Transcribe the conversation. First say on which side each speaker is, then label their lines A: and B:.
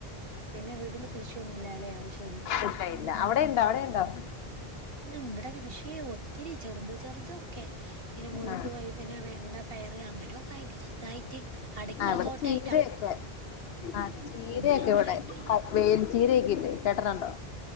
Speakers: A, on the right; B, on the left.
A: പിന്നെ വീട്ടില് കൃഷിയൊന്നുമില്ലലെ അത്ശരി
B: ഇല്ല ഇല്ല അവിടെ ഉണ്ടോ അവിടെ ഉണ്ടോ
A: എം ഇവിടെ കൃഷി ഏയ് ഒത്തിരി ചെറുത് ചെറുതൊക്കെ ഇങ്ങനെ മുളക്
B: ആഹ്
A: വഴുതന വെണ്ട പയർ അങ്ങ നെ ഒക്കെയായിട്ട് ചെറതായിട്ട് അടുക്കള
B: ആഹ് ഇവിടെ
A: തോട്ടായി
B: ചീരയൊക്കെ ആ ചീരയൊക്കെ
A: കൂടുതലൊന്നും
B: ഇവിടെ
A: ആയിട്ടില്ല
B: <unintelligible> ചീരയക്കെ ഇല്ലേ കേട്ടട്ടണ്ടോ?